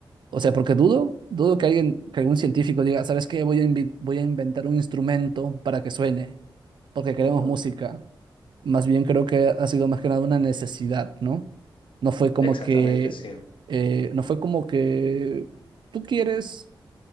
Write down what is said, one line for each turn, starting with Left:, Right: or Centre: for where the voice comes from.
Right: O sea, porque dudo, dudo que alguien, que algún científico diga, ¿sabes qué? Voy a, invi- voy a inventar un instrumento para que suene, porque queremos
Left: Ujú,
Right: música. Más bien creo que ha sido más que nada una necesidad, ¿no? No fue como
Left: Exactamente,
Right: que,
Left: sí,
Right: eh, no fue como que tú quieres